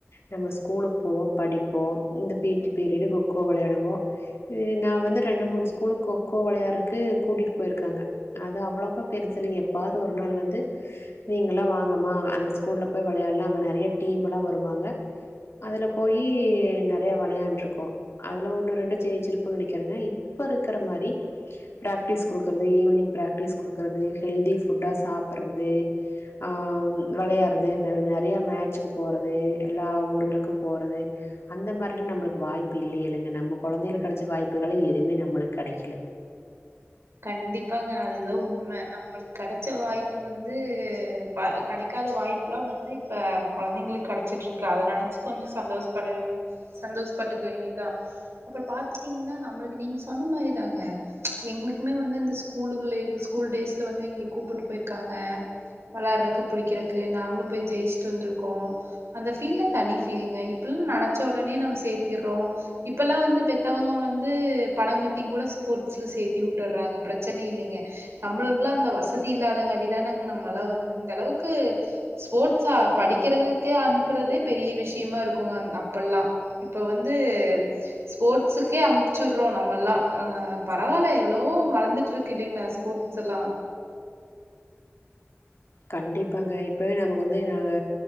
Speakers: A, on the left; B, on the right.
A: நம்ம ஸ்கூலுக்கு போவோ படிப்போ இந்த பி டி பீரிடு கொக்கோ வெளையாடுவோ இ நா வந்து ரெண்டு மூணு ஸ்கூலு கொக்கோ வெளையாடறக் கு கூட்டிட்டு போயிருக்காங்க அது அவ்ளோக்கா பெருசில்லைங்க எப்பாது ஒரு நாள் வந்து நீங்கல்லா வாங்கம்மா அந்த ஸ்கூல்ல போய் வெளையாடலா அங்க நெறைய டீம் எல்லா வருவாங்க அதுல போயி நெறைய வெளையாண்ட்ருக்கோ அதுல ஒன்னு ரெண்டு ஜெயிச்சிருப்பன்னு நெனைக்கிறங்க இப்ப இருக்கற மாரி ப்ராக்டிஸ் குடுக்குறது ஈவினிங் ப்ராக்டிஸ் குடுக்குறது ஹெல்தி ஃபுட்டா சாப்பட்றது ஆ வெளையாடு்றது நெ நெறையா மேட்சுக்கு போறது எல்லா ஊர்களுக்கு போறது அந்த மாரிலா நம்மளுக்கு வாய்ப்பு இல்லியல்லங்க நம்ம கொழந்தைகளுக்கு கெடச்ச வாய்ப்புகல்லா எதுமே நம்மளுக்கு கெடைக்கல
B: கண்டிப்பாங்க அதுதா உண்ம நம்மளுக்கு கெடைச்ச வாய்ப்பு வந்து வ கெடைக்காத வாய்ப்புலா வந்து இப்ப கொழந்தைங்களுக்கு கெடச்சிட்ருக்கு அத நெனைச்சு கொஞ்ச சந்தோஷப்பட சந்தோஷப்பட்டுக்க வேண்டியதா அப்புற பாத்துட்டீங்னா நம்மளுக்கு நீங்க சொன்ன மாரிதாங்க எங்களுக் குமே வந்து இந்த ஸ்கூலுகளியு ஸ்கூல் டேஸ்ல வந்து எங்கள கூப்புட்டு போயிருக்காங்க வெளையாடறக்கு புடிக்கறக்கு நாங்களு போய் ஜெயிச்சுட்டு வந்திருக்கோ அந்த ஃபீல்லா தனி ஃபீலுங்க இப்பல்லா நெனச்ச உடனே நம்ம சேத்திர்றோ இப்பல்லா வந்து பெத்தவங்க வந்து பணோ கட்டி கூட ஸ்போர்ட்ஸ்ல சேத்தி உ ட்டர்றாங்க பிரச்சன இல்லிங்க நம்மளுக்கெல்லா அந்த வசதி இல்லாதங்காட்டிதானங் நம்மல்லா வந்து இந்த அளவுக்கு ஸ்போர்ட்ஸா படிக்கிறதுக்கே அனுப்புறதே பெரிய விஷயமா இருக்குங்க அந் அப்பெல்லா இப்ப வந்து ஸ்போர்ட்ஸுக்கே அம்ச்சுவிட்றோ நம்மல்லா ஆ பரவால்ல எவ்ளவோ வளந்துட்ருக்கு இல்லிங்ளா ஸ்போர்ட்ஸ் எல்லா
A: கண்டிப்பாங்க இப்பவே நமக்கு வந்து நாங்க